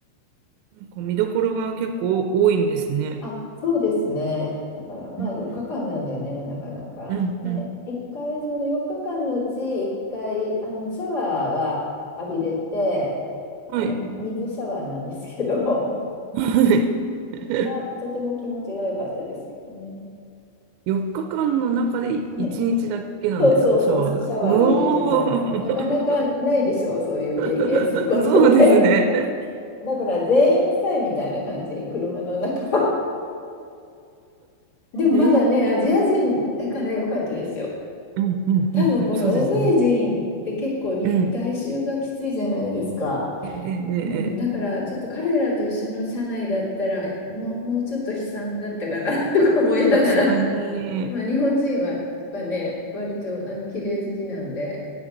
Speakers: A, on the right; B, on the left.
A: んか見どころが結構多いんですね。
B: あ、そうですね。だから、まあ4日間なんでね、
A: うん
B: なかなか。
A: うんうん。
B: で、1回、その4日間のうち1回、あの、シャワーは浴びれて、
A: はい。
B: あの、水シャワーなんですけど、
A: はい。
B: <laughs>
A: <laughs>
B: はとても気持ちが良かったですけどね。
A: 4日間の中で1日だけなんですか、
B: ね、そうそうそうそう、
A: シャワーが。
B: シャワー浴びれるの、
A: うおー
B: あなかなかないでしょう、そういう経験することって。
A: <laughs> そうですね。
B: <laughs> だから全員臭いみたいな感じ、車の中。<laughs> でもまだね、
A: えー、
B: アジア人だから良かったですよ。
A: うんうんうんうん、
B: 多分これ欧米人って結構に外周がきついじゃないですか。
A: そうですね。うん。ええええええ
B: うん、だからちょっと彼らと一緒の社内だったらもう、もうちょっと悲惨だったかな <laughs> とか思いながら、
A: 確かに。
B: <laughs> まあ、日本人はとかね割とあの綺麗好きなんで